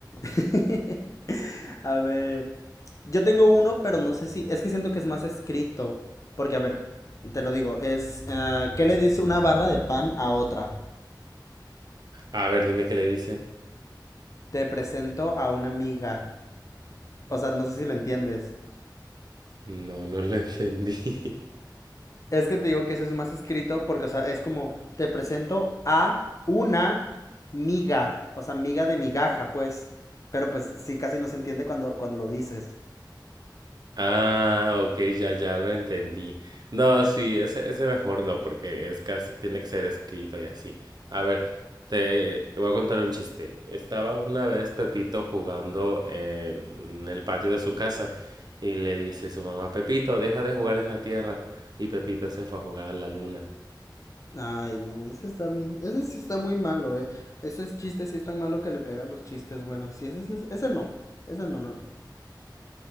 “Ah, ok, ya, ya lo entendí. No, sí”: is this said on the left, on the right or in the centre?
Right